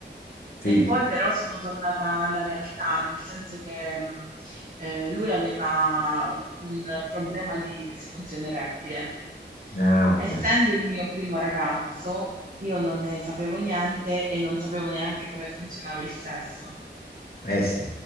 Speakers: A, on the right; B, on the left.
A: E
B: sì.
A: poi però sono tornata alla realtà, nel senso che mh, eh, lui aveva un problema di disfunzione erettile.
B: Ah, ok.
A: Essendo il mio primo ragazzo, io non ne sapevo niente e non sapevo neanche come funzionava il sesso.
B: Eh sì,